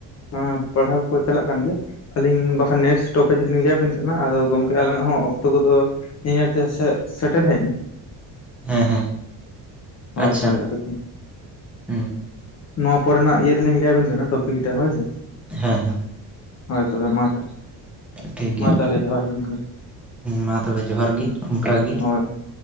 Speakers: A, on the left; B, in the centre.
A: ᱦᱮᱸ ᱯᱟᱲᱦᱟᱣ ᱠᱩ ᱪᱟᱞᱟᱜ ᱠᱟᱱ ᱜᱮᱭᱟ᱾ ᱟᱹᱞᱤᱧ ᱵᱟᱠᱷᱟᱱ ᱱᱮᱠᱥᱴ ᱴᱚᱯᱤᱠ ᱞᱤᱧ ᱞᱟᱹᱭ ᱟᱵᱮᱱ ᱠᱟᱱᱟ ᱟᱫᱚ ᱜᱚᱢᱠᱮ ᱟᱞᱟᱝᱼᱟᱜ ᱦᱚᱸ ᱚᱠᱛᱚ ᱠᱚ ᱫᱚ, ᱧᱮᱧᱮᱞ ᱛᱮ ᱥᱮ ᱥᱮᱴᱮᱨ ᱦᱮᱡ ᱮᱱᱟ,
B: ᱦᱮᱸ ᱦᱮᱸ
A: ᱦᱳᱭ
B: ᱟᱪᱪᱷᱟ
A: ᱦᱳᱭ <inaudible>
B: ᱦᱮᱸ
A: ᱱᱚᱣᱟ ᱯᱚᱨᱮᱱᱟᱜ ᱤᱭᱟᱹ ᱨᱮᱞᱤᱧ ᱞᱟᱹᱭᱟᱵᱤᱱ ᱠᱟᱱᱟ ᱴᱚᱯᱤᱠᱴ ᱦᱳᱭ ᱥᱮ,
B: ᱦᱮᱸ, ᱦᱮᱸ,
A: ᱦᱳᱭ ᱛᱚᱵᱮ ᱢᱟ ᱛᱚᱵᱮ
B: ᱴᱷᱤᱠ ᱜᱮᱭᱟ
A: ᱢᱟ ᱛᱟᱦᱞᱮ ᱡᱚᱦᱟᱨ ᱜᱮ, ᱤᱱᱠᱟᱹ ᱜᱮ
B: ᱢᱟ ᱛᱚᱵᱮ ᱡᱚᱦᱟᱨ ᱜᱤ ᱚᱱᱠᱟ ᱜᱤ
A: ᱦᱳᱭ